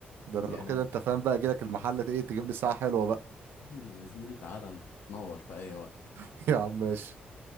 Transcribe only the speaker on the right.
ده
انا لو
كده انت فاهم بقى اجي لك المحل ايه تجيب لي ساعه حلوه بقى.
<laughs> يا عم ماشي